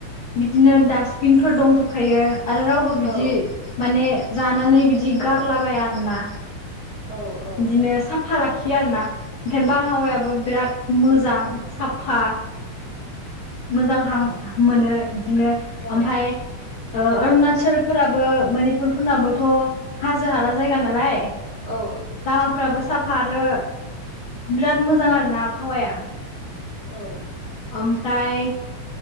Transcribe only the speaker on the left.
बिदिनो डास्टबिनफोर दंजोबखायो आरो रावबो बिदि
माने जानानै बिदि गारलाबाया आरोना
बिदिनो साफा लाखियो आरो ना ओमफ्राय बारहावायाबो बिराद मोजां साफा मोजां हां मोनो बिदिनो
ओमफाय ओ ओरणाचलफोराबो माने पुरफोरनाबोथ' हाजो हाला जायगा नालाय
लामाफोराबो साफ फारो बिराद मोजां आरो ना आबहावाया
ओमफ्राय